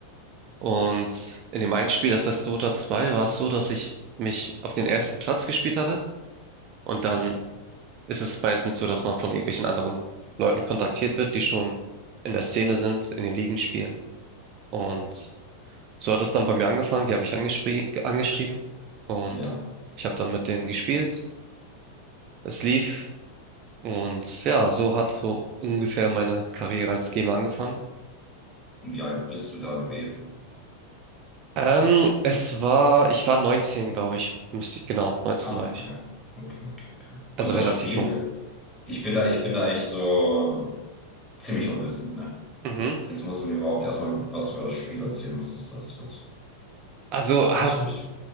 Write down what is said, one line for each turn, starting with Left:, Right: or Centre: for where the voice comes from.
Right: Und in dem einen Spiel, das heißt Dota 2, war es so, dass ich mich auf den ersten Platz gespielt hatte. Und dann ist es meistens so, dass man von irgendwelchen anderen Leuten kontaktiert wird, die schon in der Szene sind, in den Ligen spielen. Und So hat es dann bei mir angefangen. Die haben mich angespri- angeschrieben und
Centre: ja.
Right: ich habe dann mit denen gespielt. Es lief und ja, so hat so ungefähr meine Karriere als Gamer angefangen.
Centre: Und Wie alt bist du da gewesen?
Right: Ähm, es war, ich war 19, glaube ich. Müsste ich, genau, 19
Centre: Ah,
Right: war ich.
Centre: okay. Okay, okay, okay. Und
Right: Also relativ
Centre: das Spiel,
Right: jung.
Centre: ich bin da, ich bin da echt so ziemlich unwissend, ne?
Right: Mhm.
Centre: Jetzt musst du mir überhaupt erstmal was über das Spiel erzählen. Was ist das? Was,
Right: Also hast,
Centre: welche Richtung?